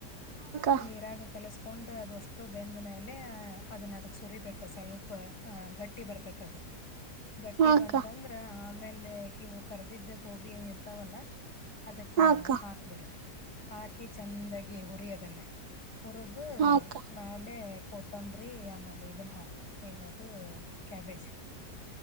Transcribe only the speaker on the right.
ಹಾಕ್ಕ
ಹಾಕ್ಕ
ಹಾಕ್ಕ
ಹಾಕ್ಕ